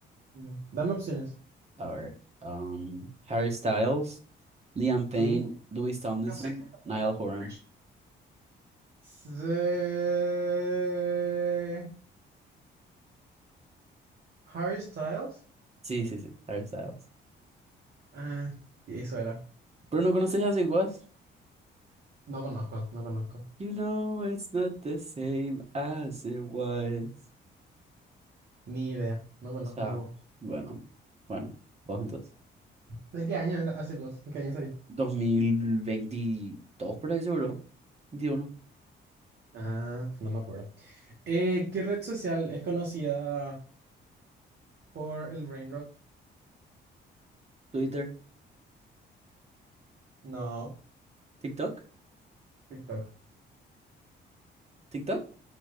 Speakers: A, on the right; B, on the right.
A: Mm. Dame opciones.
B: A ver, um, Harry Styles, Liam Payne,
A: Sí.
B: Louis Tomlinson,
A: No sé quiénes son los
B: Niall
A: miembros de
B: Horan.
A: One Direction. Se- Harry Styles.
B: Sí, sí, sí, Harry Styles.
A: Ah, y eso era.
B: ¿Pero no conoces As It Was?
A: No conozco, no conozco.
B: You know it's not the same as it was.
A: Ni idea. No conozco
B: Ya,
A: un poco.
B: bueno, bueno, vos entonces.
A: ¿De qué año es la As It Was? ¿En qué año salió?
B: 2022 por ahí seguro. 21.
A: Ah, no me acuerdo. Eh, ¿qué red social es conocida por el brain rot?
B: Twitter.
A: No,
B: TikTok.
A: TikTok.
B: TikTok.